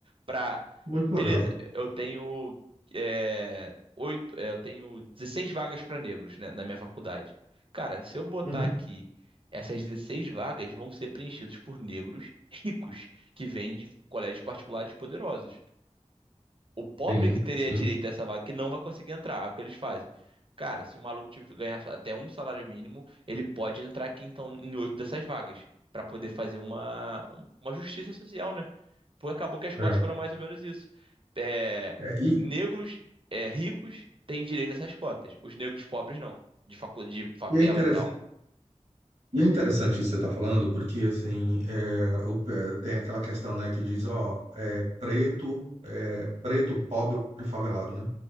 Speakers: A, on the right; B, on the right.
A: Pra,
B: muito
A: beleza,
B: legal.
A: eu tenho é, oito, é, eu tenho 16 vagas para negros, né, na minha faculdade. Cara, se eu botar
B: uhum.
A: aqui Essas 16 vagas vão ser preenchidas por negros ricos que vêm de colégios particulares poderosos. O pobre
B: Sim,
A: que teria
B: sim.
A: direito a essa vaga que não vai conseguir entrar. É o que eles fazem. Cara, se o maluco tiver- ganhar até um salário mínimo, ele pode entrar aqui então em oito dessas vagas Pra poder fazer uma, um- uma justiça social, né? Porque acabou que as cotas
B: É.
A: foram mais ou menos isso. É,
B: É, e,
A: negros é, ricos têm direito a essas cotas. Os negros pobres não, de facu- de favela
B: e é interessante.
A: e tal.
B: E é interessante isso que você está falando, porque assim é, o- é, tem aquela questão, né, que diz, ó, é preto, é preto, pobre, e favelado, né?